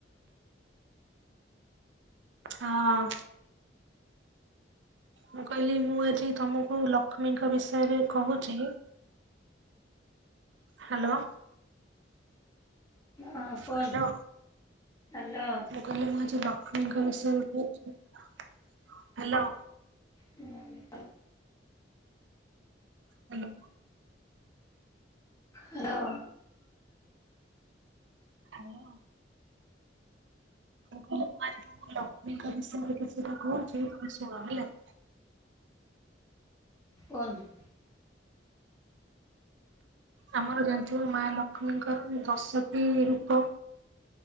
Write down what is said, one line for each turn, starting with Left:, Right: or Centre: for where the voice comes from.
Right: ହଁ। ମୁଁ କହିଲି, ମୁଁ ଆଜି ତମକୁ ଲକ୍ଷ୍ମୀଙ୍କ ବିଷୟରେ କହୁଛି। ହାଲୋ।
Left: ହଁ କୁହନ୍ତୁ।
Right: Hello
Left: hello.
Right: ମୁଁ କହିଲି ମୁଁ ଆଜି ଲକ- <unintelligible> <unintelligible> ହାଲୋ
Left: ହୁଁ <inaudible>
Right: ହାଲୋ।
Left: ହାଲୋ।
Right: ହାଲୋ। କୋ କୁଆରୀରୁ ଲକ୍ଷ୍ମୀଙ୍କ ବିଷୟରେ କିଛିଟା କହୁଚି ତମେ ଶୁଣ ହେଲା।
Left: କୁହନ୍ତୁ।
Right: ଆମର ଜାଣିଥିବ ମାଲକ୍ଷ୍ମୀଙ୍କର ଦଶଟି ରୂପ।